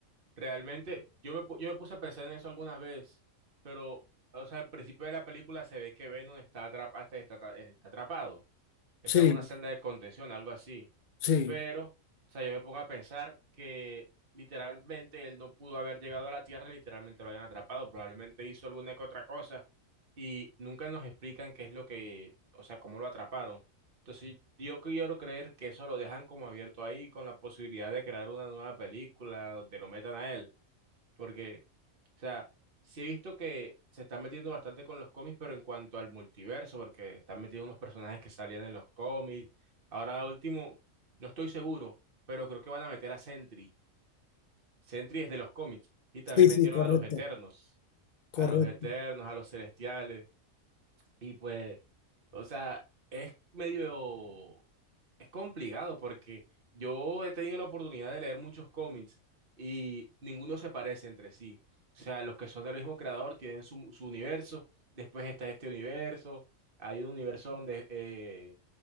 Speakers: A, on the right; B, on the left.
A: Realmente, yo me, pu- yo me puse a pensar en eso algunas veces, pero, o sea, al principio de la película se ve que Venom está atrapado, está, está atra- eh, está atrapado, está
B: Sí,
A: en una celda de contención, algo así.
B: sí.
A: Pero, o sea, yo me pongo a pensar que literalmente él no pudo haber llegado a la Tierra, literalmente lo hayan atrapado, probablemente hizo alguna que otra cosa y nunca nos explican qué es lo que, o sea, cómo lo atraparon. Entonces, yo quiero creer que eso lo dejan como abierto ahí con la posibilidad de crear una nueva película donde lo metan a él. Porque, o sea, sí he visto que se están metiendo bastante con los cómics, pero en cuanto al multiverso, porque están metiendo unos personajes que salían en los cómics. Ahora último, no estoy seguro, pero creo que van a meter a Sentry. Sentry es de los cómics. Y también
B: Sí,
A: metieron
B: sí, correcto,
A: a los Eternos,
B: correcto,
A: a los Eternos, a los Celestiales. Y pues, o sea, es medio es complicado porque yo he tenido la oportunidad de leer muchos cómics y ninguno se parece entre sí. O sea, los que son del mismo creador tienen su, su universo, después está este universo, hay un universo donde eh,